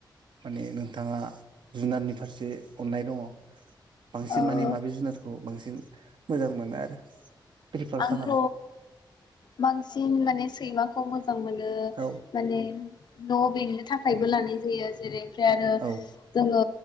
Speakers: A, on the right; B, on the left.
A: माने नोंथाङा जुनारनि फारसे अननाय दंङ बांसिन
B: औ
A: माने माबे जुनारखौ बां सिन मोजां मोनो आरो। प्रिफार
B: आंथ'
A: खालामो
B: बां सिन माने सैमाखौ मो जां मोनो
A: औ
B: माने न' बेंनो थाखायबो लानाय जायो। जेरै ओमफ्राय आरो
A: औ
B: जोंङो